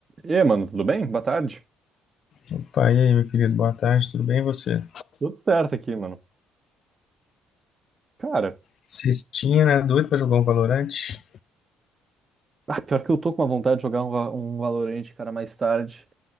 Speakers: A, on the right; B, on the left.
A: E aí, mano, tudo bem? Boa tarde.
B: Opa, e aí, meu querido, boa tarde, tudo bem e você?
A: Tudo certo aqui, mano. Cara,
B: Cestinha, né? Doido pra jogar um Valorante?
A: ah, pior que eu tô com uma vontade de jogar um, Va- um Valorant, cara, mais tarde.